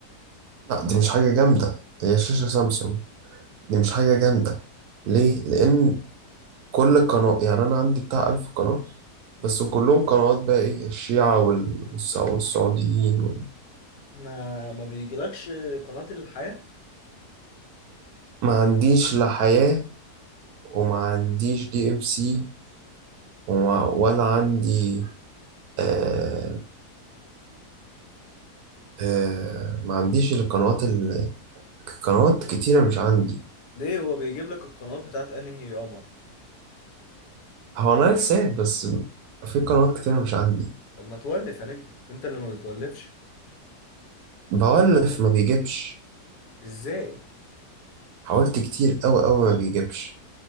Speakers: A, on the right (about 75°); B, on the left (about 75°).
A: لا دي مش حاجه جامده دي هي شاشه سامسونج دي مش حاجه جامده ليه لان كل قناه يعني انا عندي بتاع 1000 قناه بس كلهم قنوات بقى ايه الشيعة وال- والسع- والسعوديين وال...
B: ما ما بيجيلكش قناة الحياة
A: ما عنديش لا حياة وما عنديش دي ام سي وما... ولا عندي آه، آه ما عنديش القنوات ال- قنوات كتيرة مش عندي
B: ليه هو بيجيب لك القنوات بتاعت انهي قمر
A: هو أنا ساد بس في قنوات كتيرة مش عندي
B: طب ما تولف يا نجم انت اللي ما بتولفش
A: بولف ما بيجيبش
B: ازاي
A: حاولت كتير أوي أوي ما بيجيبش